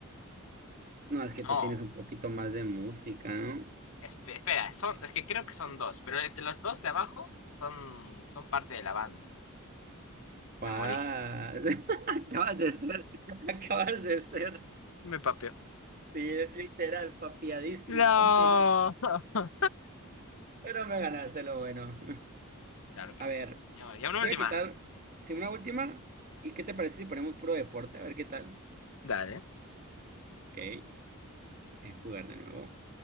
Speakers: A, on the right (about 40°); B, on the left (about 65°).
A: No, es que tú
B: No.
A: tienes un poquito más de música, ¿no?
B: Espe- Espera, son, es que creo que son dos, pero entre los dos de abajo son, son parte de la banda.
A: Pa,
B: Me morí.
A: <laughs> acabas de ser, acabas de ser,
B: Me papió.
A: sí, es literal, papiadísimo.
B: No.
A: <laughs>
B: <laughs>
A: Pero me ganaste lo bueno.
B: Claro que
A: A
B: sí,
A: ver,
B: señor. Y una
A: voy
B: última.
A: a quitar, si una última, ¿y qué te parece si ponemos puro deporte? A ver qué tal.
B: Dale.
A: Ok, eh, jugar de nuevo.